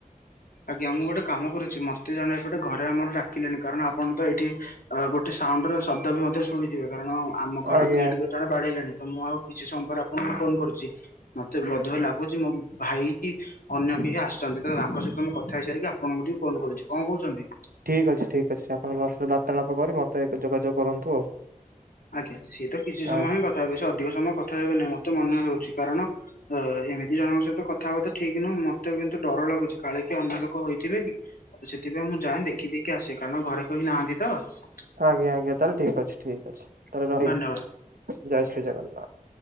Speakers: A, on the left; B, on the right.
A: ଆଜ୍ଞା। ମୁଁ ଗୋଟେ କାମ କରୁଚି ମତେ ଜଣେ ଏପଟେ ଘରେ ଆମର ଡାକିଲେଣି। କାରଣ ଆପଣ ତ ଏଇଠି ଅ ଗୋଟେ ସାଉଣ୍ଡ ର ଶବ୍ଦ ବି ମଧ୍ୟ ଶୁଣିଥିବେ କାରଣ ଆମ ଘର
B: ଆଜ୍ଞା
A: ଗେଟ୍ କ ଜଣେ ବାଡେଇଲେଣି ତ ମୁଁ ଆଉ କିଛି ସମୟ ପରେ ଆପଣଙ୍କୁ ଫୋନ୍ କରୁଚି। ମତେ ବୋଧ ହୁଏ ଲାଗୁଛି ମୋ ଭାଇ କି ଅନ୍ୟ କେହି ଆସ୍ ଛନ୍ତି ତ ତାଙ୍କ ସହିତ ମୁଁ କଥା ହେଇସାରିକି ଆପଣଙ୍କୁ ଟିକେ ଫୋନ କରୁଚି। କଣ କହୁଛନ୍ତି?
B: ଠିକ୍ ଅଛି ଠିକ୍ ଅଛି। ଆପଣ ବାର୍ତ୍ତାଳାପ କରି ମତେ ଯୋଗାଯୋଗ କରନ୍ତୁ ଆଉ।
A: ଆଜ୍ଞା। ସିଏ ତ କିଛି ସମୟ
B: ଆଜ୍ଞା
A: ହିଁ ତା ବି ସେ ଅଧିକ ସମୟ କଥା ହେବେ ନାହିଁ ମତେ ମନେ ହଉଚି। କାରଣ ଏମିତି ଜଣଙ୍କ ସହିତ କ କଥା ହବା ତ ଠିକ୍ ନୁହଁ। ମତେ କିନ୍ତୁ ଡର ଲାଗୁଚି କାଳେ କିଏ ଅନ୍ୟ ଲୋକ ହୋଇଥିବେ କି? ସେଥିପାଇଁ ମୁଁ ଯାଏଁ ଦେଖିଦେଇକି ଆସେ। କାରଣ ଘରେ କେହି ନାହାନ୍ତି ତ।
B: ଆଜ୍ଞା ଆଜ୍ଞା ତାହେଲେ ଠିକ୍ ଅଛି ଠିକ୍ ଅଛି। ତାହେଲେ ରହିଲି।
A: ଧନ୍ୟବାଦ
B: ଜୟ ଶ୍ରୀ ଜଗନ୍ନାଥ।